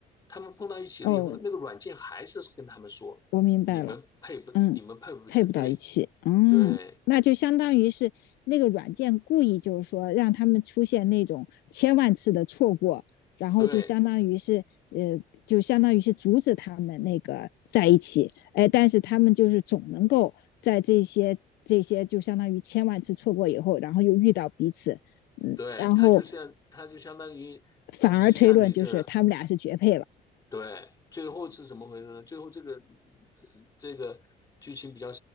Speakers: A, on the left; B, on the left.
A: 他们碰到一起了以后呢，
B: 哦，
A: 那个软件还是跟他们说，
B: 我明白了。
A: 你们配不，
B: 嗯，
A: 你们配不成对，
B: 配不到一起，嗯，
A: 对
B: 那就相当于是那个软件故意就是说让他们出现那种千万次的错过，然后就相当于是呃，
A: 对
B: 就相当于是阻止他们那个在一起，哎，但是他们就是总能够在这些这些就相当于千万次错过以后，然后又遇到彼此，嗯，
A: 对，
B: 然后
A: 他就像他就相当于，
B: 反而推论就是他们俩是绝配了，
A: 就像你这，对，最后是怎么回事呢？最后这个呃这个剧情比较